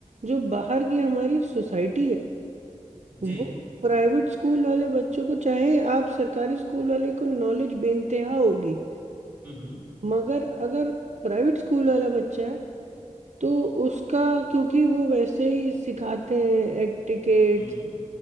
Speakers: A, on the right; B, on the right.
A: जो बाहर की हमारी सोसाइटी है
B: जी
A: वो प्राइवेट स्कूल वाले बच्चों को चाहे आप सरकारी स्कूल वाले को नॉलेज बेनतेहा होगी
B: हम्म
A: मगर अगर प्राइवेट स्कूल वाला बच्चा है तो उसका क्योंकि वो वैसे ही सिखाते हैं एटिकेट
B: हम्म